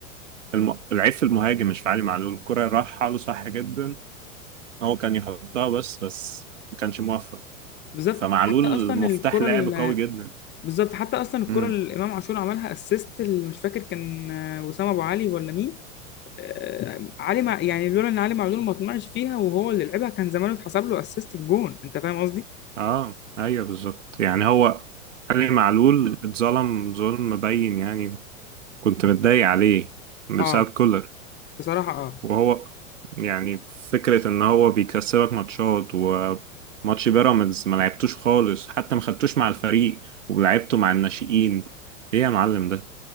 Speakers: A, on the right; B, on the left.
A: الم... العيب في المهاجم مش في علي معلول الكرة راحة له صح جدا هو كان يحطها بس بس ما كانش موفق
B: بالظبط
A: فمعلول
B: حتى اصلا
A: مفتاح
B: الكرة
A: لعب
B: ال-
A: قوي جدا
B: بالظبط حتى اصلا الكرة
A: امم
B: اللي امام عاشور عملها اسيست اللي مش فاكر كان آه، وسام ابو علي ولا مين آه، علي مع يعني لولا ان علي معلول ما طمعش فيها وهو اللي لعبها كان زمانه اتحسب له اسيست بجون انت فاهم قصدي
A: اه ايوه بالظبط يعني هو علي معلول اتظلم ظلم مبين يعني كنت متضايق عليه بسبب
B: اه
A: كولر
B: بصراحة اه
A: وهو يعني فكرة ان هو بيكسبك ماتشات وماتش بيراميدز ما لعبتوش خالص حتى ما خدتوش مع الفريق ولعبته مع الناشئين ايه يا معلم ده